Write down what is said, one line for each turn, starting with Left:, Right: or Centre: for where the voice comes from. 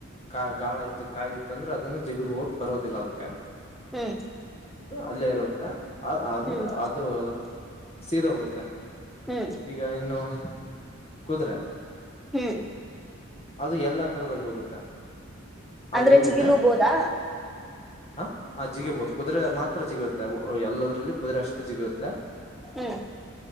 Left: ಕಾ ಗಾಳ ಇತ್ತು ಕಾಯಿ ಇತ್ತು ಅಂದ್ರೆ ಅದನ್ನ ಜಿಗದ ಹೋಗಿ ಬರೋದಿಲ್ಲ ಅದಕ್ಕೆ
Centre: ಹ್ಮ್
Left: ಅಲ್ಲೇ ಇರುತ್ತೆ ಅಂದ್ರೆ
Centre: ಹ್ಮ್
Left: ಅದು ಸೀದ ಹೋಗುತ್ತೆ
Centre: ಹ್ಮ್
Left: ಈಗ ಇನ್ನು ಕುದು್ರೆ
Centre: ಹ್ಮ್
Left: ಅದು ಎಲ್ಲಾ ಕರದಲ್ಲಿ ಹೋಗುತ್ತೆ ಅದು
Centre: ಅಂದ್ರೆ
Left: ಎಲ್ಲಿದೆ
Centre: ಜಿಗಿಲುಬೋದಾ
Left: ಹ ಆ ಜಿಗಿಬಹುದು ಕುದುರೆ ಮಾತ್ರ ಜಿಗಿ ಎಲ್ಲದರಲ್ಲಿ ಕುದುರೆ ಅಷ್ಟೇ ಜಿಗಿಯುತ್ತೆ
Centre: ಹ್ಮ್